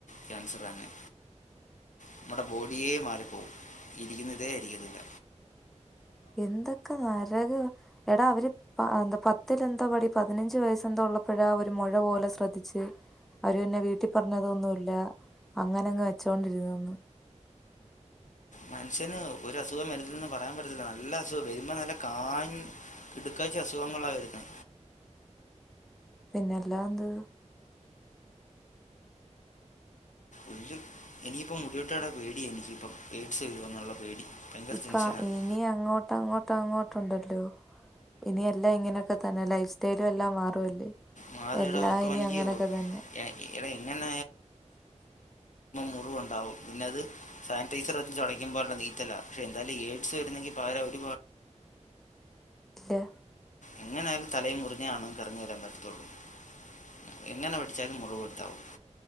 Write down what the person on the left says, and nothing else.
ക്യാൻസറ് അന്നെ നമ്മുടെ ബോഡിയേ മാലിപ്പോകും ഇരിക്കുന്നതേ ഇരിക്കുന്നില്ല
മനുഷ്യന് ഒരു അസുഖം വരുന്നെന്ന് പറയാം പറ്റത്തില്ല നല്ല അസുഖം വരുമ്പോ നല്ല കാ കിടുക്കാച്ചി അസുഖങ്ങളാ വരുന്നെ
ഉല്ല് ഇനിയിപ്പ മുടിവെട്ട് കടെ പേടിയാ എനിക്കിപ്പം എയ്ഡ്സ് വരുവോന്നൊള്ള പേടി <unintelligible>
ടെൻഷനാണ്
മാറിയെടാ
ഇപ്പം
എനിക്ക്
എ- എടാ എങ്ങനെ മുറിവൊണ്ടാവും പിന്നത് സാനിറ്റൈസറ് വച്ച് തൊടക്കുമ്പോള്ള നീറ്റലാ പക്ഷെ എന്താലും എയ്ഡ്സ് വരുന്നെങ്കി പകരവര് <unintelligible>
എങ്ങനായാലും തലയും മുറിഞ്ഞാണും കറങ്ങി വരാൻ പറ്റത്തോള്ളൂ <unintelligible> എങ്ങനെ പഠിച്ചാലും മുറിവെടുത്താവൂ